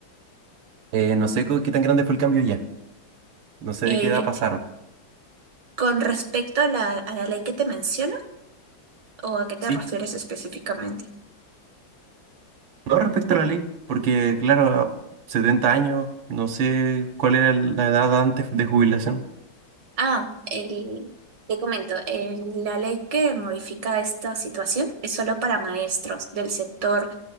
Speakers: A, on the right; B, on the right.
A: Eh, no sé co- qué tan grande fue el cambio ya, no sé
B: eh,
A: de qué edad pasaron.
B: con respecto a la, a la ley que te menciono, ¿o a qué te
A: Sí,
B: refieres específicamente?
A: no respecto a la ley, porque claro, 70 años, no sé cuál era la edad antes de jubilación.
B: Ah, el, te comento, el- la ley que modifica esta situación es solo para maestros del sector